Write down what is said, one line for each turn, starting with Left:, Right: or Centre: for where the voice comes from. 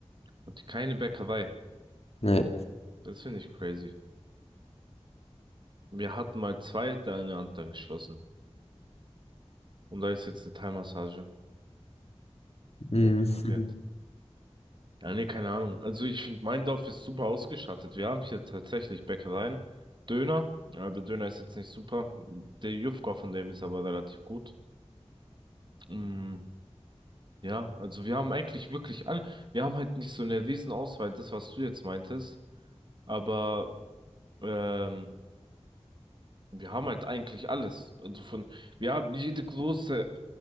Right: Und keine Bäckerei.
Left: Nee.
Right: Das finde ich crazy. Wir hatten mal zwei, der eine hat dann geschlossen. Und da ist jetzt eine Thai-Massage.
Left: Mm.
Right: Oh, geplant.
Left: <laughs>
Right: Ja, nee, keine Ahnung. Also ich finde, mein Dorf ist super ausgestattet. Wir haben hier tatsächlich Bäckereien. Döner. Ja, der Döner ist jetzt nicht super. Der Jufka von dem ist aber relativ gut. Mm, ja, also wir haben eigentlich wirklich all. Wir haben halt nicht so eine riesen Auswahl, das, was du jetzt meintest. Aber ähm, Wir haben halt eigentlich alles. Also von, wir haben jede große